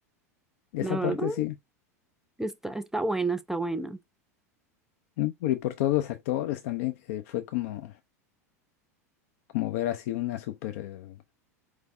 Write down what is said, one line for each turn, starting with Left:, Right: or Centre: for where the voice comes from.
Left: Esa
Centre: la
Left: parte
Centre: verdad,
Left: sí,
Centre: está, está buena, está buena.
Left: ¿no? Y por todos los actores también, que fue como, como ver así una súper, eh,